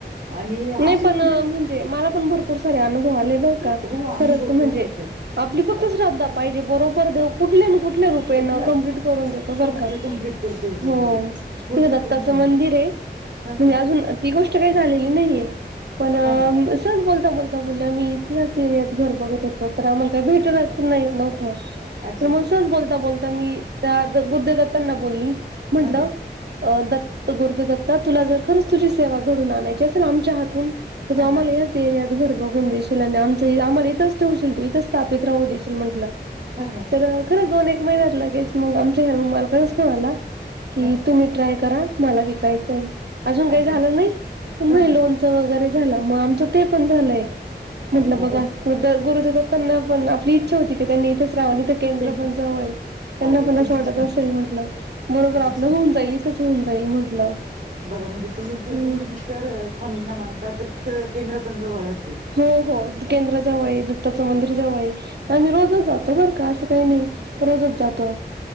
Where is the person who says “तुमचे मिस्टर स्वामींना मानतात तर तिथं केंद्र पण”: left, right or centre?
Right